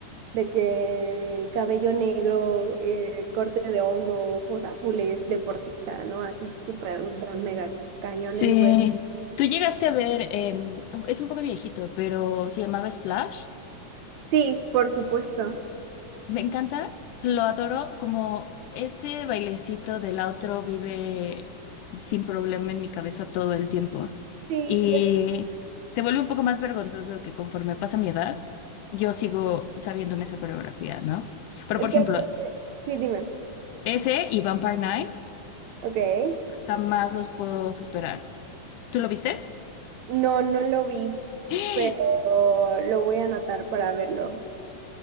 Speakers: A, on the right (about 70°); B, on the left (about 75°).
A: de que cabello negro, eh, corte de hongo, ojos azules, deportista, ¿no? Así súper, ultra, mega Mm. cañón
B: Sí,
A: el güey.
B: Tú llegaste a ver, em, es un poco viejito, pero se llamaba Splash.
A: Sí, por supuesto.
B: Me encanta, lo adoro, como este bailecito del outro vive sin problema en mi cabeza todo el tiempo.
A: Sí,
B: Y
A: ya sé.
B: se vuelve un poco más vergonzoso que conforme pasa mi edad, yo sigo sabiéndome esa coreografía, ¿no? Pero
A: Es
B: por ejemplo,
A: que aparte- Sí, dime.
B: ese y Vampire Night
A: Ok.
B: jamás los puedo superar. ¿Tú lo viste?
A: No, no lo vi,
B: <gasps>
A: pero lo voy a anotar para verlo.